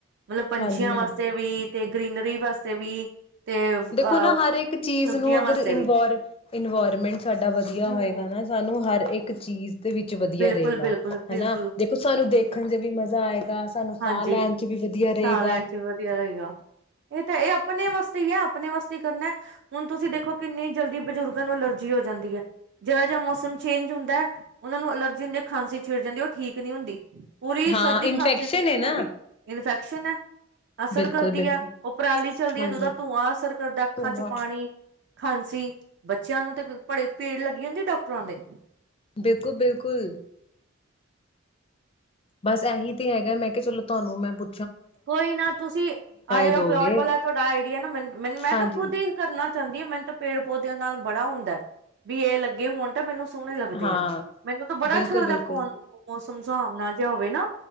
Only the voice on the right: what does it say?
ਮਤਲਬ ਪੰਛੀਆਂ
ਵਾਸਤੇ
ਵੀ ਤੇ ਗ੍ਰਰੀਨਰੀ ਵਾਸਤੇ ਵੀ ਤੇ ਅ
ਸਬਜ਼ੀਆਂ
ਵਾਸਤੇ
ਵੀ
ਹੂੰ-ਹੂੰ-ਹੂੰ
ਬਿਲਕੁਲ-ਬਿਲਕੁਲ-ਬਿਲਕੁਲ
ਹਾਂਜੀ-ਹਾਂਜੀ
ਸਾਹ
ਲੈਣ ਚ ਵੀ ਵਧੀਆ ਰਹੇਗਾ ਇਹ ਤਾਂ ਇਹ ਆਪਣੇ ਵਾਸਤੇ ਹੀ ਹੈ ਆਪਣੇ ਵਾਸਤੇ ਹੀ ਕਰਨਾ ਹੁਣ ਤੁਸੀਂ ਦੇਖੋ ਕਿੰਨੀ ਜਲਦੀ ਬੁਜ਼ੁਰਗਾਂ ਨੂੰ ਅਲਰਜੀ ਹੋ ਜਾਂਦੀ ਹੈ ਜਿਹੜਾ ਜਿਹਾ ਮੌਸਮ ਚੇਂਜ ਹੁੰਦਾ ਹੈ ਉਹਨਾਂ ਨੂੰ ਅਲਰਜੀ ਹੁੰਦੀ ਖਾਂਸੀ ਛਿੜ ਜਾਂਦੀ ਹੈ ਉਹ ਠੀਕ ਨੀ ਹੁੰਦੀ ਪੂਰੀ
ਸਰਦੀ
ਖਾਂਸੀ ਠੀਕ
ਨਹੀਂ
ਹੁੰਦੀ ਇਨਫੈਕ ਸੁਨੈ ਅਸਰ
ਕਰ ਦੀ
ਆ ਉਹ ਪਰਾਲੀ ਚੱਲਦੀ
ਹੈ ਤੇ ਉਹਦਾ ਧੂੰਆਂ ਅਸਰ ਕਰਦਾ ਅੱਖਾਂ
ਚ ਪਾਣੀ ਖਾਂਸੀ ਬੱਚਿਆਂ ਨੂੰ ਤੇ ਬੜੀ ਭੀੜ ਲੱਗੀ ਹੁੰਦੀ ਡਾਕ ਟਰਾਂ ਡੇ
ਕੋਈ ਨਾ ਤੁਸੀਂ ਆਹ ਜਿਹੜਾ
ਪਲੋਟ ਵਾਲਾ ਤੁਹਾਡਾ ਆਈਡੀਆ ਨਾ ਮੈਨੂੰ ਮੈਨੂੰ ਮੈਂ
ਤਾਂ ਖੁਦ ਹੀ ਕਰਨਾ ਚਾਹੁੰਦੀ ਮੈਨੂੰ ਤਾਂ ਪੇੜ ਪੌਦਿਆਂ ਨਾਲ ਬੜਾ ਹੁੰਦਾ ਬਈ ਇਹ ਲੱਗੇ ਹੋਣ ਤਾਂ ਮੈਨੂੰ ਸੋਹਣੇ ਲੱਗਦੇ
ਆ ਮੈਨੂੰ ਤਾਂ ਬੜਾ
ਅੱਛਾ ਲੱਗਦਾ ਫੋਨ ਮੌਸਮ ਸੁਹਾਵਣਾ ਜੇਹਾ ਹੋ ਨਾ